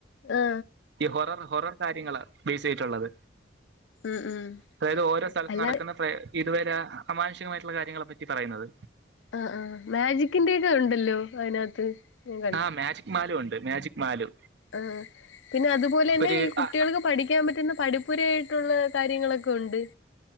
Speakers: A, on the left; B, on the right.
A: ആ
B: ഈ ഹൊറർ ഹൊറർ കാര്യങ്ങൾ ബേസ് ചെയ്ട്ടുള്ളത്
A: ഉം ഉം
B: അതായത് ഓരോ സ്ഥലത്ത്
A: അല്ല
B: നടക്കുന്ന ഫെ ഇതുവരെ അമാനുഷികമായിട്ടുള്ള കാര്യങ്ങളെ പറ്റി പറയുന്നത്
A: ആ ആ മാജിക്കിന്റെക്കെ ഉണ്ടല്ലോ അതിനകത്ത് ഞാൻ
B: ആഹ് മാജിക് മാലു ഉണ്ട് മാജിക് മാലു
A: ആഹ് പിന്നെ അതുപോലെ തന്നെ
B: ഒരു
A: ഈ കുട്ടികൾക്ക്
B: ആ
A: പഠിക്കാൻ പറ്റുന്ന പഠിപ്പുര ആയിട്ടുള്ള കാര്യങ്ങളൊക്കെ ഉണ്ട്